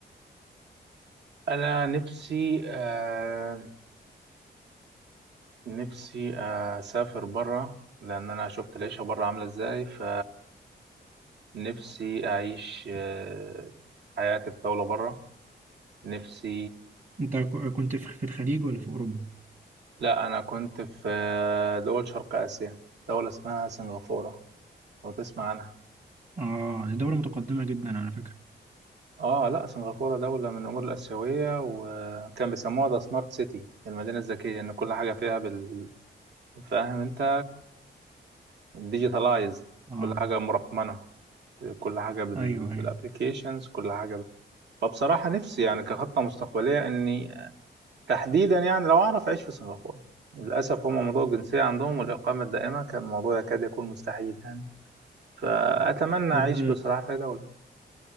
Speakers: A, on the right (about 75°); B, on the right (about 40°).
A: انا نفسي آه نفسي اسافر بره لان انا شفت العيشه بره عامله ازاي ف نفسي أعيش آه، حياة الطاولة برا نفسي
B: أنت ك- كنت في في الخليج ولا في أوروبا؟
A: لا أنا كنت في آه، دول شرق آسيا دولة اسمها سنغافورة لو تسمع عنها
B: آه دي دولة متقدمة جدا على فكرة
A: آه لا سنغافورة دولة من الأمور الآسيوية وكان بيسموها ذا سمارت سيتي المدينة الذكية لأن كل حاجة فيها بال... فاهم أنت ديجيتالايزد
B: آه
A: كل حاجة مرقمنة كل حاجة بال...
B: أيوه
A: بالابليكيشنز
B: أيوه
A: كل حاجة بال... فبصراحة نفسي يعني كخطة مستقبلية إني تحديدا يعني لو أعرف أعيش في سنغافورة للأسف هم موضوع الجنسية عندهم والإقامة الدائمة كان موضوع يكاد يكون مستحيل يعني فأتمنى
B: طب
A: أعيش بصراحة في أي دولة